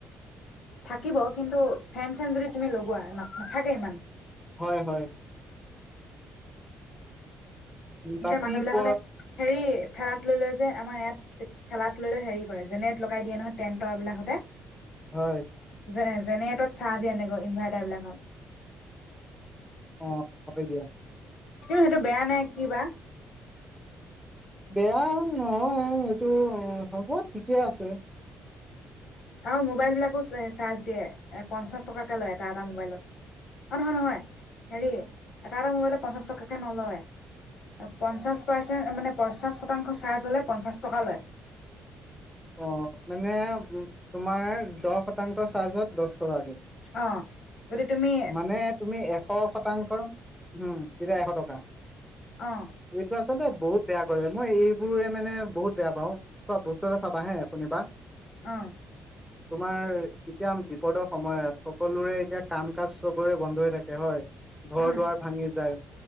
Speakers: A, on the left; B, in the centre.
A: থাকিব কিন্তু ফেন চেন যদি তুমি লগোৱা ন নাথাকে ইমান
B: হয় হয়। উম,
A: এতিয়া
B: বাকী
A: মানুহ বিলাক
B: প
A: হতে হেৰি ঠেলাত লৈ-লৈ যে আমাৰ ইয়াত ঠেলাত লৈ-লে হেৰি কৰে জেনেৰেট লগাই দিয়ে নহয় টেণ্টৰ বিলাকহতে
B: হয়
A: যে জেনেৰেটত চাৰ্জ এনেকৈ ইনভাৰ্টাৰ বিলাকত
B: অ হয় দিয়া।
A: কিন্ত সেইটো বেয়া নে-কি- বা?
B: বেয়া নহয়। এইটো হ'ব ঠিকে আছে।
A: অ' মোবাইল বিলাকো চাৰ্জ দিয়ে। পঞ্চাশ টকাকে লয় এটা এটা মবাইলত। অ' নহয়- নহয়। হেৰি এটা এটা মবাইলত পঞ্চাছ টকাকে নলয়। পঞ্চাশ পাৰচেন্ট মানে পঞ্চাশ শতাংশ চাৰ্জ হলে পঞ্চাশ টকা লয়।
B: অ' মানে তোমাৰ দহ শতাংশ চাৰ্জত দছ এশ টকাকে।
A: অ যদি তুমি
B: মানে তুমি এশ শতাংশ -উম। তেতিয়া এশ টকা।
A: অ
B: এইটো আচলতে বহুত বেয়া কৰে। মই এই এইবোৰে মানে বহুত বেয়া পাওঁ। খোৱা বস্তু এ চাবাহে কোনোবা।
A: আহ
B: তোমাৰ এতিয়া বিপদৰ সময়ত। সকলোৰে এতিয়া কাম কাজ চবৰে বন্ধ হৈ থাকে হয়। ঘৰ
A: উম,
B: দুৱাৰ ভাঙি যায়।